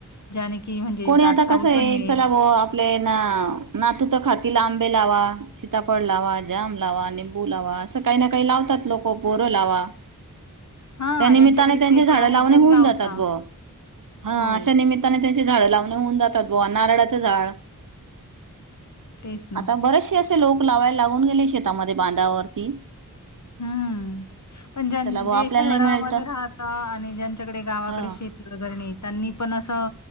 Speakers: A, on the left (about 55°); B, on the right (about 65°).
A: ज्याने की म्हणजे
B: कोणी
A: दाट
B: आता
A: सावली
B: कस आहे
A: पण मिळेल.
B: चला आपले ना नातूत खातील आं आंबे लावा सीताफळ लावा जाम लावा निंबू लावा असं काही ना काही लावतात लोक बोरो लावा
A: हा
B: त्या निमित्ताने
A: ज्यांच्याकडे
B: त्यांची
A: शेती
B: झाड
A: आहे
B: लाव
A: तरी
B: होऊन
A: लावता
B: जातात ब हा
A: हो
B: अशा निमित्ताने झाड लाव होऊन जातात गोवा नारळाचं झाड
A: तेच ना.
B: आता बरचसे अस लोक लावायला लागून गेले शेतामध्ये बांधावरती
A: हम्म पण ज्यां
B: चला बुवा
A: जे
B: आपल्याला
A: शहरामध्ये
B: नाही मिळेल तर
A: राहत आणि ज्यांच्याकडे गावाकडे
B: हा
A: शेती वगैरे न त्यांनी पण असं